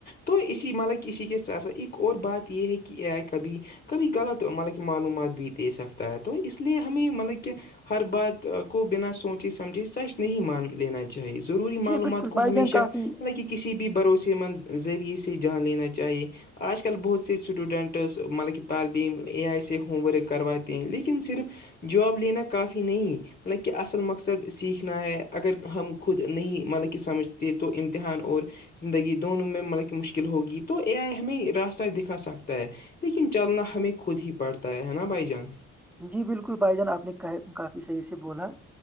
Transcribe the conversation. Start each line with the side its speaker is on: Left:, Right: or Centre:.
Left: تو اسی مطلب کہ اسی کے ساسا ایک اور بات یہ ہے کہ کبھی کبھی غلط مطلب کہ معلومات بھی دے سکتا ہے تو اس لیے ہمیں مطلب کہ ہر بات بنا سوچے سمجھے سچ نہیں مان لینا چاہی ضروری
Centre: جی
Left: معلومات
Centre: بالکل
Left: کو
Centre: بھائی
Left: ہمیشہ
Centre: جان کافی
Left: مطل کسی بھی بھروسے مند ذریعے سے جان لینا چاہیے آج کل بہت سے اسٹوڈنٹس مطلب کہ تعلیبم اے آئی سے ہوم ورک کرواتے ہیں لیکن صرف جواب لینا کافی نہیں مطلب کہ اصل مقصد سیکھنا ہے اگر ہم خود نہیں مطلب کہ سمجھتے تو امتحان اور زندگی دونوں میں مطلب کہ مشکل ہوگی تو اے آئی ہمیں راستہ دکھا سکتا ہے لیکن چلنا ہمیں خود ہی پڑتا ہے نا بھائی جان
Centre: جی بالکل بھائی جان آپ نے کافی صحیح سے بولا